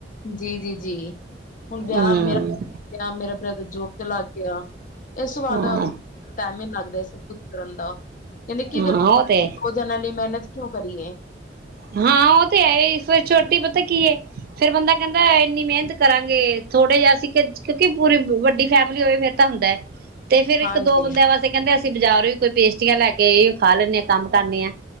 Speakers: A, on the left; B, on the right.
A: ਜੀ -ਜੀ -ਜੀ ਹੁਣ ਵਿਆਹ
B: ਹੂੰ
A: ਮੇਰਾ ਵਿਆਹ ਮੇਰਾ ਬ੍ਰਦਰ ਜੋਬ ਤੇ ਲੱਗ ਗਿਆ। ਇਸ ਤੋਂ ਬਾਅਦ
B: ਹਾਂ
A: ਟੈਮ ਨੀ ਲਗ ਦੇ ਸਭ ਕੁੱਛ ਕਰਨ ਦਾ ਕਹਿੰਦੇ ਕਿਹਦੇ
B: ਹਾਂ
A: ਲਈ <unintelligible>
B: ਉਹ ਤੇ
A: ਦੋ ਜਾਣਾ ਦੀ ਮਿਹਨਤ ਕਿਉਂ ਕਰੀਏ?
B: ਹਾਂ ਉਹ ਤੇ ਹੈ ਫਿਰ ਛੋਟੀ ਪਤਾ ਕੀ ਹੈ ਫਿਰ ਬੰਦਾ ਕਹਿੰਦਾ ਇੰਨੀ ਮਿਹਨਤ ਕਰਾਂਗੇ ਥੋੜ੍ਹੇ ਜਿਹਾ ਅਸੀ ਕਿਉਂ ਕਿ ਪੂਰੀ ਵੱਡੀ ਫੈਮਿਲੀ ਹੋਵੇ ਫਿਰ ਤਾਂ ਹੁੰਦਾ ਐ। ਤੇ ਫੇਰ ਇੱਕ
A: ਹਾਂਜੀ
B: ਦੋ ਬੰਦਿਆਂ ਵਾਸਤੇ ਕਹਿੰਦੇ ਅਸੀ ਪਿੰਡ ਜਾ ਰਹੇ ਕੋਈ ਪੇਸਟਰੀਆਂ ਲੈ ਕੇ ਇਹ ਖਾ ਲੈਂਨੇ ਹਾਂ। ਕੰਮ ਕਰਨੇ ਆ